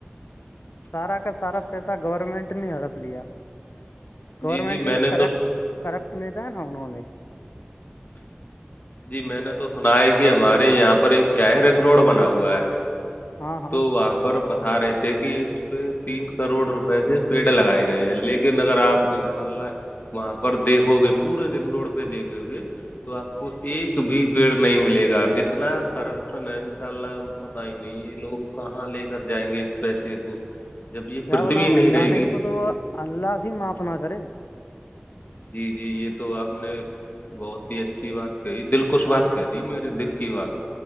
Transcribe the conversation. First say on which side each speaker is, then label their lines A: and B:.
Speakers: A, on the left (about 70°); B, on the left (about 50°).
A: سارا کا سارا پیسہ گورنمنٹ نے ہڑپ لیا گورنمنٹ
B: جی جی
A: کا
B: میں
A: جو
B: نے
A: کرپٹ
B: تو
A: کرپٹ متا ہے نا انہوں نے
B: جی میں نے تو سنا ہے کہ ہمارے یہاں پر ایک کیا ہے رنگ روڈ بنا ہوا ہے
A: ہاں ہاں
B: تو وہاں پر بتا رہے تھے کہ اس پہ تین کروڑ روپئے کے پیڑ لگائے گئے ہیں لیکن اگر آپ ان شاء اللہ وہاں پہ دیکھو گے پورے رنگ روڈ پہ دیکھو گے تو آپ کو ایک بھی پیڑ نہیں ملے گا اتنا کرپشن ہے ان شاء اللہ پت ہی نہیں یہ لوگ کہاں لے کر جائیں گے اس پیسے کو جب یہ
A: کیا
B: پرتھوی
A: بتاؤں
B: نہیں
A: بھائی
B: رہے
A: جان ان
B: گی
A: کو تو اللہ سے ہی معاف نہ کرے
B: جی جی یہ تو آپ نے بہت ہی اچھی بات کہی دل کوش بات کہہ دی میرے دل کی بات